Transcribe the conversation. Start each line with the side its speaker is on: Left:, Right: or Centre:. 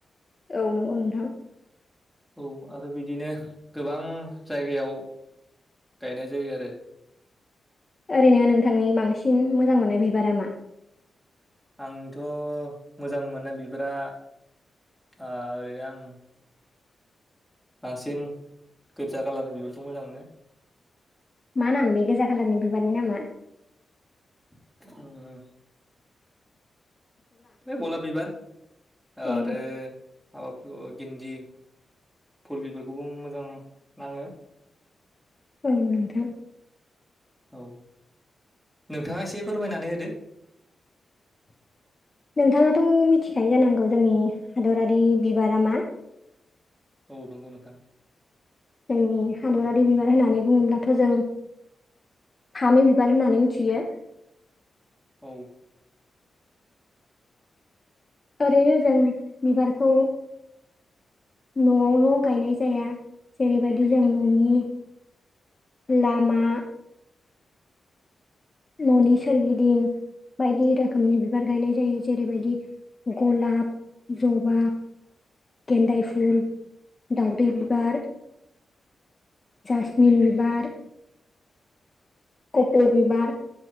Left: औ नंगौ नोंथां।
Centre: औ आरो बिदिनो गोबां जायगायाव गायनाय जायो आरो
Left: ओरैनो नोंथांनि बांसिन मोजां मोननाय बिबारा मा?
Centre: आंथ' मोजां मोननाय बिबारा आ ओरैनो आं बांसिन गोजा कालारनि बिबारखौ मोजां मोनो
Left: मा नाम बे गोजा खालारनि बिबारनि नामा?
Centre: <unintelligible> बे गलाब बिबार आरो
Left: ए
Centre: माबाफोरखौ गिन्दि फुल बिफोरखौबो मोजां नाङो।
Left: ओं नोंथां।
Centre: औ नोंथाङा एसे फोरमायनानै होदो।
Left: <inaudible> नोंथाङाथ' मिथिखायो जानांगौ जोंनि हादरारि बिबारा मा?
Centre: औ नंगौ नोंथां।
Left: जोंनि हादरारि बिबार होननानै बुङोब्लाथ' जों फामि बिबार होननानै मिथियो।
Centre: औ।
Left: ओरैनो जों बिबारखौ न'वावल' गायनाय जाया जेरैबायदि जों न'नि लामा न'नि सोरगिदिं बायदि रोखोमनि बिबार गायनाय जायो जेरैबायदि गलाब जबा गेन्दाय फुल दावदै बिबार जासमि बिबार कप' बिबार